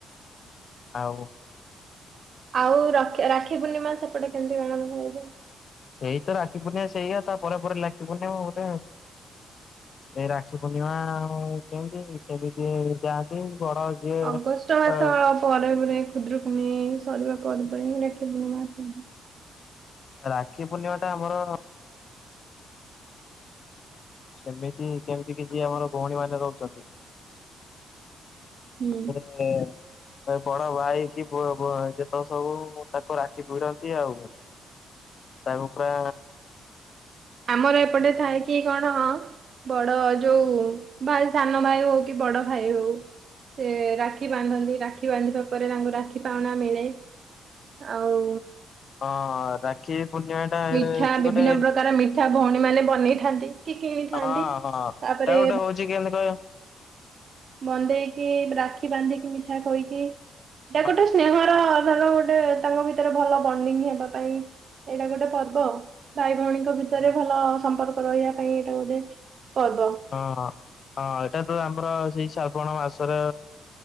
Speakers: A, on the left; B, on the right.
A: ଆଉ,
B: ଆଉ ରକ୍ଷା ରାକ୍ଷୀ ପୂର୍ଣ୍ଣିମା ସେପଟେ କେମତି ମନା ଯାଏ।
A: ସେଇତ ରାକ୍ଷୀ ପୁର୍ଣ୍ଣିମା ସେଇଆ ତାପରେ ପରେପ ଲାଖି ପୁନି ବୋଧେ ଏଇ ରାକ୍ଷୀ ପୂର୍ଣ୍ଣିମା କେଉତି ସେମିତି ଯାଆନ୍ତି। ବଡ ଯିଏ
B: ଅଗଷ୍ଟ ମାସ
A: ଅ
B: ପରେ ପରେ ଖୁଦୁରୁକୁଣି ସରିବା ପର୍ବ ହିଁ ରାକ୍ଷୀପୂର୍ଣିମା ଅଛି।
A: ରାକ୍ଷୀ ପୂର୍ଣ୍ଣିମା ଟା ଆମର ସେମିତି କେମିତି କି ଯିଏ ଆମର ଭଉଣୀ ମାନେ ରହୁଛନ୍ତି।
B: ହୁଁ।
A: ମ <inaudible> ବଡ଼ ଭାଇକି ପ ପ ଯେତେକ ସବୁ ତାଙ୍କୁ ରାଖୀ ଭିଡନ୍ତି ଆଉ ତାରୁପା
B: ଆମର ଏପଟେ ଥାଏ କି କଣ ବଡଭାଉ ଯୋଉ ଭାଇ ସାନ ଭାଇ ହଉ କି ବଡ ଭାଇ ହଉ ରେ ରାକ୍ଷୀ ବାନ୍ଧନ୍ତି ରାକ୍ଷୀ ବାନ୍ଧିବା ପରେ ତାଙ୍କୁ ରାକ୍ଷୀ ପାଉଣା ମିଳେ। ଆଉ?
A: ହଁ ରାକ୍ଷୀ ପୂର୍ଣ୍ଣିମା ଟା
B: ମିଠା
A: ହଉଛି
B: ବିଭିନ୍ନ
A: ଗୋଟେ
B: ପ୍ରକାର ମିଠା ଭଉଣୀ ମାନେ ବନେଇଥାନ୍ତି କି କିଣିଥାନ୍ତି
A: ହଁ
B: ତାପରେ
A: ହଁ ଏଟା ଗୋଟେ ହଉଛି କେ କହ?
B: ବନ୍ଧେଇକି ରାକ୍ଷୀ ବାନ୍ଧିକି ମିଠା ଖୋଇକି
A: ହଁ
B: ଯାକୁ ଗୋଟେ ସ୍ନେହର ଭ ଗୋଟେ ତାଙ୍କ ଭିତରେ ଭଲ ବଣ୍ଡିଙ୍ଗ ହେବା ପାଇଁ ଏଇଟା ଗୋଟେ ପର୍ବ ଆଉ। ଭାଇ ଭଉଣୀଙ୍କ ଭିତରେ
A: ହଁ
B: ଭଲ ସମ୍ପର୍କ ରହିବା ପାଇଁ ଏଇଟା ଗୋଟେ ପର୍ବ
A: ହଁ ହଁ ଏଇଟା ତ ଆମର ସେଇ ଶ୍ରାବଣ ମାସର